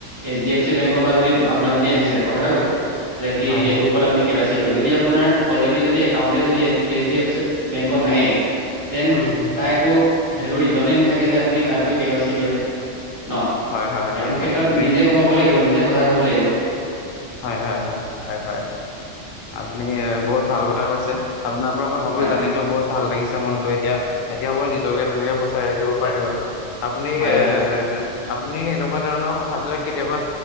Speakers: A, on the right (about 15°); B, on the left (about 85°).
A: এইচ ডি এফ চি বেংকৰপা যদি আপোনাক যদি আহি যায়, কথা কৈছো যে কি
B: হয়
A: এত
B: হয়
A: <inaudible> আপুনি কে ৱাই চি দ যদি আপোনাৰ অলৰেডি যদি একাউট যদি এইচ ডি এফ চি বেংকত নাইয়েই দেন
B: উম উম
A: তাইকো ভেলু ৰিজনেই নাথাকে যে, আপুনি তাত গৈ কেৱাইচি দিয়ক। ন,
B: হয় হয়
A: এইবোৰ
B: হয় হয়
A: ক্ষেত্ৰত
B: আপুনি
A: নিজে গম পাব লাগিব নিজে সজাগ হ'ব লাগিব।
B: হয়, হয়, হয়, হয়। হয়, আপুনিয়ে বহুত ভাল কথা কৈছে। আপোনাৰ পৰা কথাবোৰ
A: হয়
B: জানিলো বহুত ভাল লাগিছে। মনটো এতিয়া এতিয়া মই নিজকে তেনেকে বচাই ৰাখিব পাৰিম আৰু। আপুনি এ,
A: হয় হয়
B: এ, এ, এ আপুনি এনেকুৱা ধৰণৰ কথাবিলাক কেতিয়াবা